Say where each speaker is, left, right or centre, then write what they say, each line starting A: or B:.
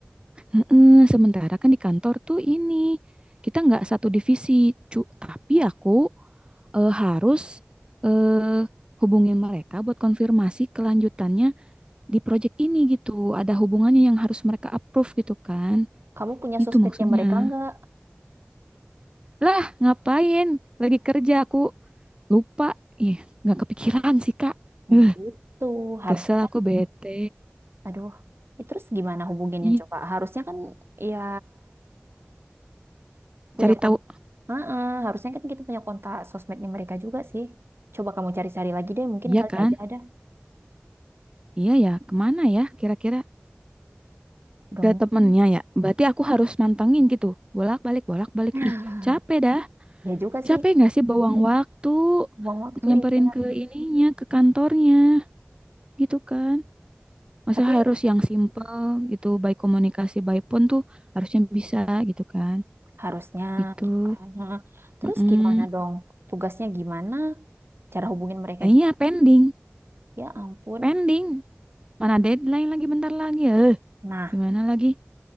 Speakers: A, on the right; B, on the right.
A: Heeh, sementara kan di kantor tuh ini kita nggak satu divisi, cu. Tapi
B: Ya.
A: aku eh, harus eh, hubungin mereka buat konfirmasi kelanjutannya di project ini gitu. Ada hubungannya yang harus mereka approve gitu kan?
B: Kamu punya
A: Itu
B: sosmednya
A: maksudnya.
B: mereka nggak?
A: Lah, ngapain? Lagi kerja aku lupa. Ih, nggak kepikiran sih, Kak.
B: Nah,
A: Eh,
B: itu harusnya
A: kesel
B: kan,
A: aku bete.
B: aduh, ya terus gimana hubunginnya
A: Ih,
B: coba? Harusnya kan ya punya
A: cari tahu.
B: kon, Heeh, harusnya kan kita punya kontak sosmednya mereka juga sih. Coba kamu cari-cari lagi deh, mungkin
A: Iya
B: kali
A: kan?
B: aja ada.
A: Iya ya, kemana ya kira-kira?
B: Udah
A: ke
B: mungkin.
A: temennya ya. Berarti aku harus mantengin gitu. Bolak-balik, bolak-balik.
B: <laughs>
A: Ih, capek dah.
B: Ya juga
A: Capek
B: sih,
A: nggak sih bawang waktu
B: buang waktu
A: nyamperin
B: ya benar.
A: ke ininya, ke kantornya gitu kan. Masa
B: Tapi
A: harus yang simple gitu, baik komunikasi, baik pun tuh harusnya bisa gitu kan.
B: harusnya
A: Gitu.
B: gitu kan. Heeh. Terus
A: Mm-mm.
B: gimana dong? Tugasnya gimana? Cara hubungin mereka
A: Nah
B: gimana?
A: iya pending,
B: Ya ampun.
A: pending. Mana deadline lagi bentar lagi. Eh,
B: Nah,
A: gimana lagi?